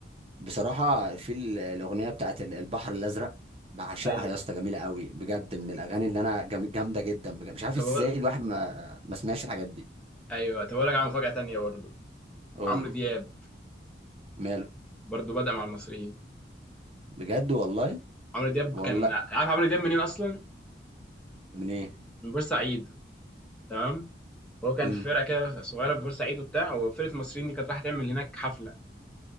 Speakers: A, on the right (about 35°); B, in the centre.
A: بصراحه في ال- الاغنيه بتاعت ال- البحر الازرق بعشقها
B: ايوه
A: يا اسطى جميله قوي بجد من الاغاني اللي انا جم... جامده جدا بجد. مش عارف
B: طب
A: ازاي
B: اقول
A: الواحد ما ما سمعش الحاجات دي
B: ايوه طب اقول لك على مفاجاه تانيه برضه
A: قول
B: عمرو
A: لي
B: دياب
A: ماله
B: برضه بدأ مع المصريين
A: بجد والله
B: عمرو دياب
A: والله
B: كان عارف عمرو دياب منين اصلا
A: من ايه
B: من بورسعيد تمام هو كان
A: امم
B: في فرقه كده صغيره في بورسعيد وبتاع وفرقه المصريين دي كانت رايحه تعمل هناك حفله